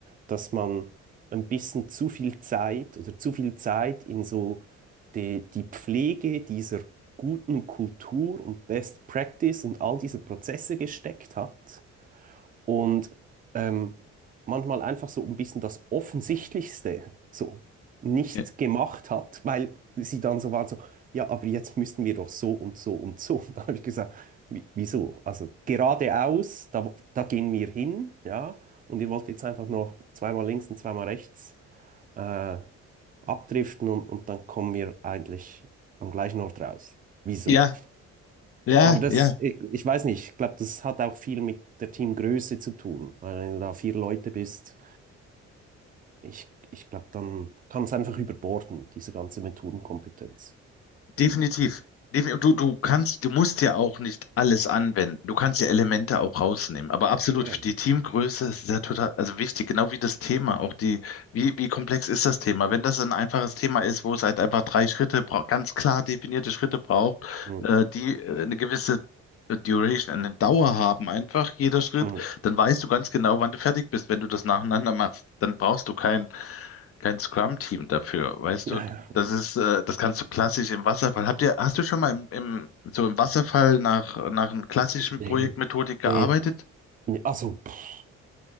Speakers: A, on the right; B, on the left.
A: dass man ein bisschen zu viel Zeit oder zu viel Zeit in so die, die Pflege dieser guten Kultur und Best Practice und all diese Prozesse gesteckt hat und ähm, manchmal einfach so ein bisschen das Offensichtlichste so nicht
B: ja,
A: gemacht hat, weil sie dann so waren so, ja, aber jetzt müssten wir doch so und so und so. Und dann habe ich gesagt, wieso? Also geradeaus, da, da gehen wir hin, ja, und ihr wollt jetzt einfach noch zweimal links und zweimal rechts äh, abdriften und, und dann kommen wir eigentlich am gleichen Ort raus. Wieso?
B: ja, ja,
A: Aber das,
B: ja.
A: ich, ich weiß nicht, ich glaube, das hat auch viel mit der Teamgröße zu tun. Weil wenn du da vier Leute bist, ich, ich glaube, dann kann es einfach überborden, diese ganze Methodenkompetenz.
B: Definitiv. Defi- Du, du kannst, du musst ja auch nicht alles anwenden. Du kannst ja Elemente auch rausnehmen. Aber absolut,
A: Ja.
B: die Teamgröße ist ja total, also wichtig, genau wie das Thema. Auch die, wie, wie komplex ist das Thema? Wenn das ein einfaches Thema ist, wo es halt einfach drei Schritte braucht, ganz klar definierte Schritte braucht,
A: Mm,
B: äh, die äh, eine gewisse äh, Duration, eine Dauer haben, einfach jeder Schritt,
A: mm.
B: dann weißt du ganz genau, wann du fertig bist, wenn du das nacheinander machst. Dann brauchst du kein kein Scrum-Team dafür, weißt
A: Ja,
B: du?
A: ja.
B: Das ist, äh, das kannst du klassisch im Wasserfall. Habt ihr, hast du schon mal im, im, so im Wasserfall nach, nach einer klassischen
A: Nee,
B: Projektmethodik gearbeitet?
A: nee. Nee, Also, pff,